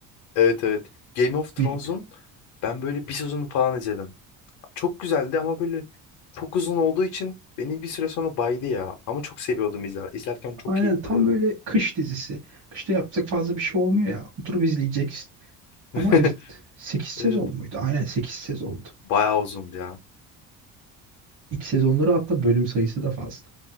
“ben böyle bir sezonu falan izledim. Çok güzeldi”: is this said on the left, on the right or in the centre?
Left